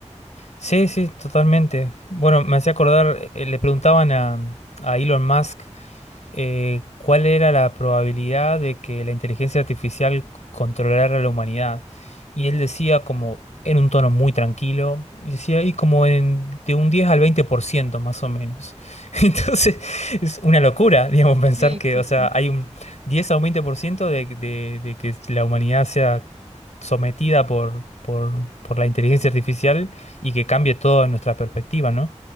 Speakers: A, on the left (about 70°); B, on the right (about 60°).
A: Sí, sí, totalmente. Bueno, me hacía acordar, eh, le preguntaban a, a Elon Musk eh, cuál era la probabilidad de que la inteligencia artificial controlara a la humanidad. Y él decía como en un tono muy tranquilo, decía y como en, de un 10 al 20% más o menos. <laughs> Entonces es una locura, digamos, pensar
B: Sí,
A: que,
B: sí,
A: o
B: sí.
A: sea, hay un 10 a un 20% de, de, de que la humanidad sea sometida por, por, por la inteligencia artificial y que cambie todo en nuestra perspectiva, ¿no?